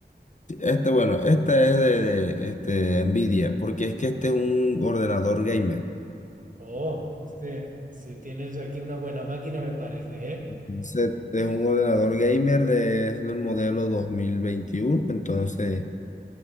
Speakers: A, on the left (about 45°); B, on the right (about 50°).
A: Este, bueno, esta es de, de, este, Nvidia, porque es que este es un ordenador gamer.
B: Oh, este, si tienes aquí una buena máquina, me parece, ¿eh?
A: Entonces, es un ordenador gamer de, es del modelo dos mil veintiuno entonces